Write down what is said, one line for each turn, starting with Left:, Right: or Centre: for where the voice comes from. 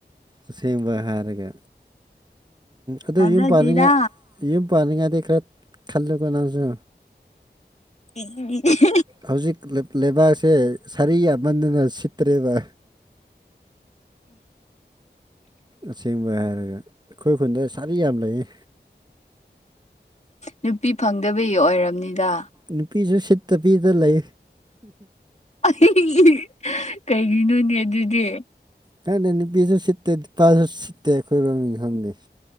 Right: ꯑ ꯑꯁꯦꯡꯕ ꯍꯥꯏꯔꯒ ꯑꯗꯨ
Left: ꯊꯥꯖꯗꯦꯗ
Right: ꯌꯨꯝ ꯄꯥꯅꯤꯡꯉꯥꯏ ꯌꯨꯝ ꯄꯥꯅꯤꯡꯉꯥꯏꯗꯤ ꯈꯔ ꯈꯜꯂꯨꯀꯣ ꯅꯪꯁꯨ
Left: <unintelligible>
Right: ꯍꯧꯖꯤꯛ ꯂꯩꯕꯥꯛꯁꯦ ꯁꯥꯔꯤ ꯌꯥꯝꯃꯟꯗꯨꯅ ꯁꯤꯠꯇ꯭ꯔꯦꯕ ꯑꯁꯦꯡꯕ ꯍꯥꯏꯔꯒ ꯑꯩꯈꯣꯏ ꯈꯨꯟꯗ ꯁꯥꯔꯤ ꯌꯥꯝ ꯂꯩꯌꯦ
Left: ꯅꯨꯄꯤ ꯐꯪꯗꯕꯒꯤ ꯑꯣꯏꯔꯝꯅꯤꯗ
Right: ꯅꯨꯄꯤꯁꯨ ꯁꯤꯠꯇ ꯄꯤꯗ ꯂꯩ
Left: ꯑꯩ ꯀꯩꯒꯤꯅꯣꯅꯦ ꯑꯗꯨꯗꯤ
Right: ꯀꯥꯏ ꯅꯅꯤ ꯄꯤꯁ ꯍ ꯁꯤꯠꯇꯇꯦ ꯄꯥꯁ ꯍ ꯁꯤꯇꯦꯈꯣꯏꯔꯝ ꯈꯪꯗ